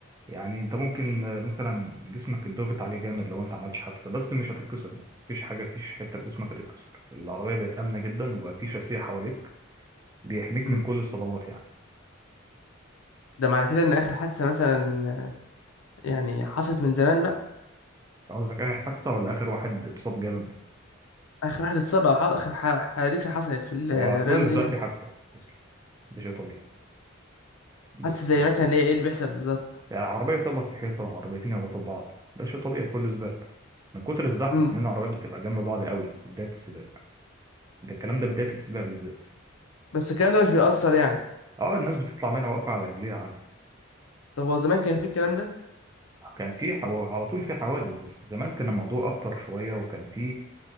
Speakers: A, on the right (about 15°); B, on the left (about 90°).
A: يعني انت ممكن آه، مثلا جسمك اتضغط عليه جامد لو انت عملتش حادثه بس مش هتتكسر مثلا مفيش حاجه مفيش حته في جسمك هتتكسر العربيه بقت امنه جدا وبقى في شاسيه حواليك بيحميك
B: مم.
A: من كل الصدمات يعني
B: ده معنى كده ان اخر حادثه مثلا آه، يعني حصلت من زمان بقى
A: قصدك اخر حادثه ولا اخر واحد اتصاب جامد
B: اخر واحد اتصاب او ح- اخر ح- حادثه حصلت في ال- الرياضه
A: هو كل
B: دي
A: سباق
B: يعني
A: في حادثة أصلا ده شيء طبيعي بس
B: حاسس زي مثلا اللي هي ايه اللي بيحصل بالظبط
A: عربية تخبط في حيطة عربيتين يخبطوا في بعض ده شيء طبيعي كل سباق من كتر الزحمة
B: مم.
A: كمان العربيات بتبقى جنب بعض قوي في بداية السباق ده الكلام ده بداية السباق بالذات
B: بس الكلام ده مش بيأثر يعني
A: اه الناس بتطلع منها واقفة على رجليها عادي
B: طب هو زمان كان في الكلام ده
A: كان في حو... على طول في حوادث بس زمان كان الموضوع أخطر شوية وكان في